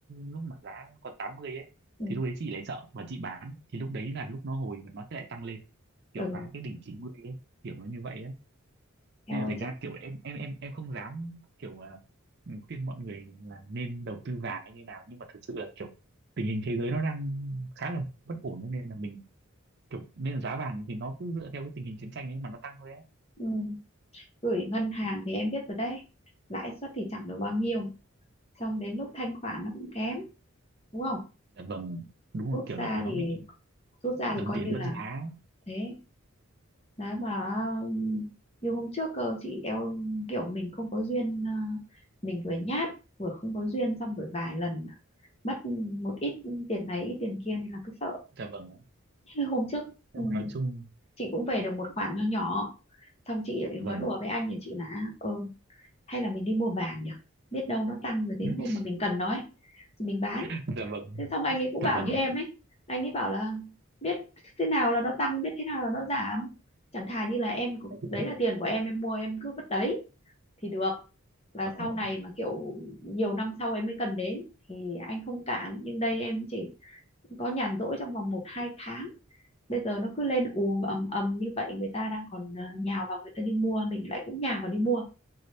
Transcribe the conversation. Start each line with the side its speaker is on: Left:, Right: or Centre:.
Right: lúc mà giá còn 80 ấy
Left: ừ
Right: thì lúc đấy chị lại sợ và chị bán thì lúc đấy là lúc nó hồi và nó sẽ lại tăng lên kiểu
Left: ừ
Right: phá cái đỉnh 90 ấy kiểu nó như vậy ấy
Left: eo
Right: nên là
Left: ơi
Right: thành
Left: chứ
Right: ra kiểu em em em em không dám kiểu à, ừ, khuyên mọi người là nên đầu tư vàng hay như nào nhưng mà thực sự là kiểu tình hình thế giới nó đang khá là bất ổn ấy, nên là mình kiểu nên là giá vàng thì nó cứ dựa theo cái tình hình chiến tranh ấy mà nó tăng thôi ấy
Left: ừ. gửi ngân hàng thì em biết rồi đấy lãi suất thì chẳng được bao nhiêu xong đến lúc thanh khoản nó cũng kém đúng không
Right: dạ vâng đúng
Left: rút
Right: rồi kiểu
Left: ra
Right: là nó
Left: thì
Right: bị
Left: rút ra thì
Right: đồng
Left: coi
Right: tiền
Left: như
Right: mất
Left: là
Right: giá
Left: thế đấy mà như hôm trước cơ chị eo kiểu mình không có duyên à, mình vừa nhát vừa không có duyên xong rồi vài lần mất một ít tiền này ít tiền kia nên là cứ sợ
Right: dạ vâng
Left: Thế hôm trước
Right: Nhưng
Left: ừ,
Right: mà nói chung
Left: chị cũng về được một khoản nho nhỏ xong chị lại
Right: dạ
Left: nói
Right: vâng
Left: đùa với anh nhà chị là ờ hay là mình đi mua vàng nhỉ biết đâu nó tăng rồi đến
Right: <laughs>
Left: hôm mà mình cần nó ấy thì mình bán
Right: dạ vâng
Left: thế xong anh ấy cũng
Right: dạ
Left: bảo
Right: vâng
Left: như em ấy anh ấy bảo là biết thế nào là nó tăng biết thế nào là nó giảm chẳng thà như là em có-
Right: dạ
Left: đấy là tiền của em em mua em cứ vứt đấy thì được và
Right: vâng
Left: sau này mà kiểu nhiều năm sau em mới cần đến thì anh không cản nhưng đây em chỉ có nhàn rỗi trong vòng một hai tháng bây giờ nó cứ lên ù ầm ầm như vậy người ta đang còn ờ, nhào vào người ta đi mua mình lại cũng nhào vào đi mua